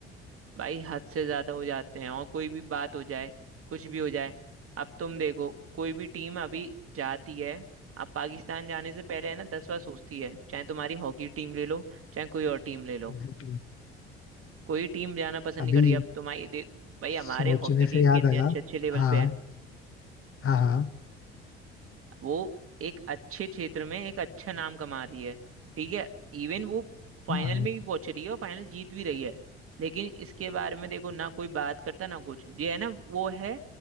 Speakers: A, on the right; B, on the left.
A: भाई हद से ज्यादा हो जाते हैं और कोई भी बात हो जाए कुछ भी हो जाए अब तुम देखो कोई भी टीम अभी जाती है अब पाकिस्तान जाने से पहले है ना दस बार सोचती है चाहे तुम्हारी हॉकी टीम ले लो चाहे कोई और टीम ले लो
B: Exactly exactly.
A: कोई टीम जाना पसंद नहीं
B: अभी
A: करती अब तुम्हारी देख भाई हमारे
B: सोचने
A: हॉकी
B: से
A: टीम
B: याद
A: कितने
B: आया
A: अच्छे अच्छे लेवल
B: हाँ
A: पे है
B: हाँ हाँ
A: वो एक अच्छे क्षेत्र में एक अच्छा नाम कमा रही है ठीक है इवन वो फाइनल
B: हाँ
A: में भी पहुंच रही है और फाइनल जीत भी रही है लेकिन इसके बारे में देखो ना कोई बात करता ना कुछ ये है ना वो है